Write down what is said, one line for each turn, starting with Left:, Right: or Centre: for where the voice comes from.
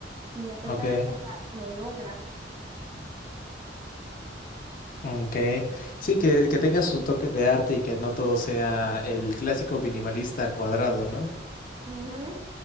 Right: Y a pesar
Left: Ok.
Right: de eso, o sea, lo logra.
Left: Ok, sí, que, que tenga su toque de arte y que no todo sea el clásico minimalista cuadrado, ¿no?
Right: Ujú,